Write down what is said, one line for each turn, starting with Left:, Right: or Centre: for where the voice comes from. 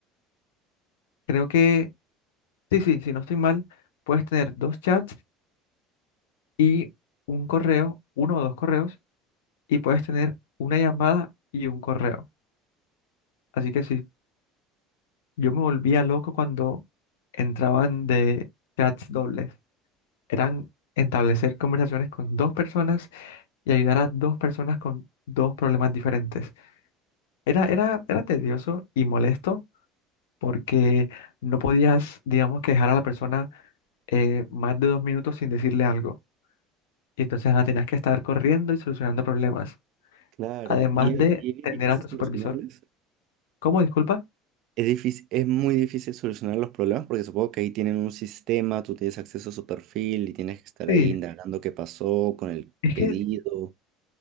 Left: Creo que, sí, sí, si no estoy mal, puedes tener dos chats y un correo, uno o dos correos, y puedes tener una llamada y un correo. Así que sí, yo me volvía loco cuando entraban de chats dobles. Eran establecer conversaciones con dos personas y ayudar a dos personas con dos problemas diferentes. Era, era, era tedioso y molesto porque no podías, digamos, que dejar a la persona eh, más de dos minutos sin decirle algo. Y entonces ah, tenías que estar corriendo y solucionando problemas.
Right: Claro,
Left: Además
Right: y es
Left: de
Right: y es bien
Left: tener
Right: difícil
Left: a tu
Right: solucionarles.
Left: supervisor. ¿Cómo? Disculpa.
Right: Es difícil, es muy difícil solucionar los problemas porque supongo que ahí tienen un sistema, tú tienes acceso a su perfil y tienes que estar
Left: Sí,
Right: ahí indagando qué pasó con el
Left: es
Right: pedido.
Left: que